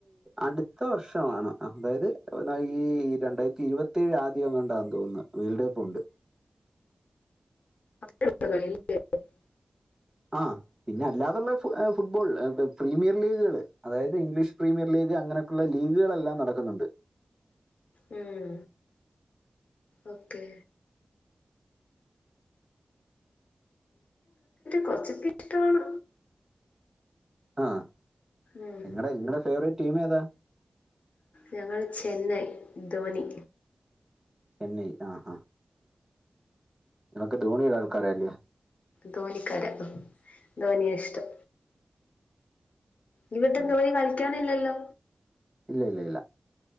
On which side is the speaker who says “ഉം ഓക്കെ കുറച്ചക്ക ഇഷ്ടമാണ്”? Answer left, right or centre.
Left